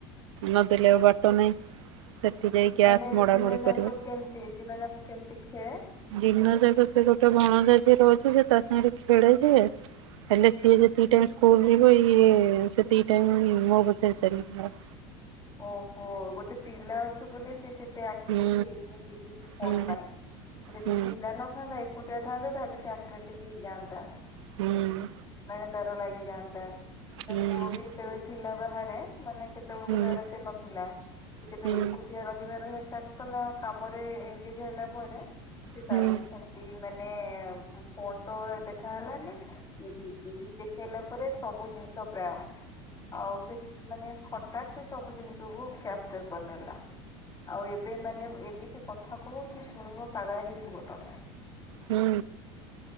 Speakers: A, on the right (about 80°); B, on the left (about 25°).
A: ନଦେଲେ ଆଉ ବାଟ ନାହିଁ। ସେଠି ଯାଇ ଗ୍ୟାସ୍
B: ମାନେ
A: ମଡା
B: ଦିନ
A: ମଡି
B: ଯାକ
A: କରିବ।
B: କେମତି ଦିନ ଯାକ କେମିତି ଖେଳେ।
A: ଦିନ ଯାକ ସେ ଗୋଟେ ଭଣଜା ଯିଏ ରହୁଛି ସେ ତା ସାଙ୍ଗରେ ଖେଳେ ଯେ ହେଲେ ସି ଯେ ଯେତିକି ଟାଇମ ସ୍କୁଲ ଯିବ ସେତିକି ଟାଇମ ମୋ ପଛେ ଚାଲିବ।
B: ଓହୋ ଗୋଟେ ପିଲା ଅଛି ବୋଲି ସେ ସେତ ଅଟ୍ରାକଟିଭ
A: ହୁଁ
B: ହେଇନି ଟିଭି କି ଫୋନ
A: ହୁଁ
B: ପାଇଁ। ଯଦି
A: ହୁଁ
B: ପିଲା ନଥାନ୍ତା ଏକୁଟିଆ ଥାନ୍ତା ତାହେଲେ ଚାିରଟି ବି ହେଇଯାନ୍ତା।
A: ହୁଁ ହୁଁ
B: ମାନେ ତାର ଲାଗି ଜାଣିତା
A: ହୁଁ।
B: ପୁଅ ବି ଏତେବେଳେ ଥିଲା। ବାହାରେ ମାନେ ସେତବେଳକୁ
A: ନାଇଁ
B: ଧାରତ ନଥିଲା। କି ତେବେ
A: କଣ ହୁଁ
B: ଏକୁଟିଆ ରହିବ ରହ ଷ୍ଟାର୍ଟ କଲା କାମରେ ଏନଗେଜ ହେଲା ପରେ। ସେ
A: ହୁଁ
B: ତାର ବି ସେମତି ମାନେ ଫୋନ ତ ଦେଖାହଲାନି। ସେ ବଟି ବି <inaudible> ଦେଖେଇଲା ପରେ ସବୁ ଜିନିଷ ପ୍ରାୟ ଆଉ ସେ ମାନେ ଫଟାକ ସବୁ ଜିନିଷ କୁ କ୍ୟାପଚର କରିନେଲା ଆଉ ଏବେ ମାନେ ଏମିତି କଥା କହୁଛି ଶୁଣିବ ପାଗଳା ହେଇଯିବ ତମେ।
A: ହୁଁ।